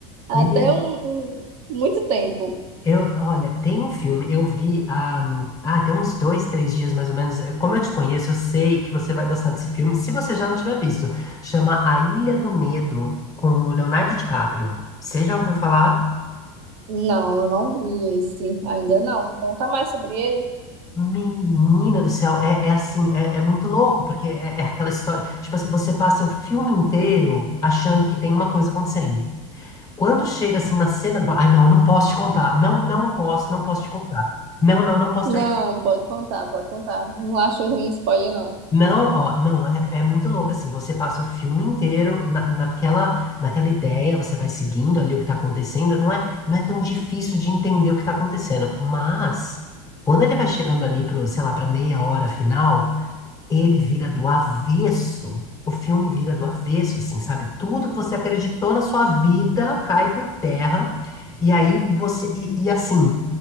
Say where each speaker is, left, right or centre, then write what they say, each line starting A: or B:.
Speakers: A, on the right; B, on the left.
A: até
B: Menina.
A: um, um- muito tempo.
B: Eu, olha, tem um filme, eu vi há, ah, tem uns dois, três dias mais ou menos. Eh, Como eu te conheço, eu sei que você vai gostar desse filme, se você já não tiver visto. Chama A Ilha do Medo, com o Leonardo DiCaprio. Você já ouviu falar?
A: Não, eu não vi esse ainda não. Me conta mais sobre ele.
B: Menina do céu, é, é assim, é, é muito louco, porque é, é aquela história. Tipo assim, você passa o filme inteiro achando que tem uma coisa acontecendo. Quando chega assim na cena, ai não, eu não posso te contar. Não, não posso, não posso te contar. Não, não, não posso
A: Não,
B: dar.
A: pode contar, pode contar. Não acho ruim spoiler, não.
B: Não, ó, não, é, é muito louco assim. Você passa o filme inteiro na, naquela, naquela ideia, você vai seguindo ali o que tá acontecendo. Não é, não é tão difícil de entender o que tá acontecendo. Mas quando ele vai chegando ali pro, sei lá, pra meia hora final, ele vira do avesso. O filme vira do avesso, assim, sabe? Tudo que você acreditou na sua vida cai por terra. E aí você, e e assim.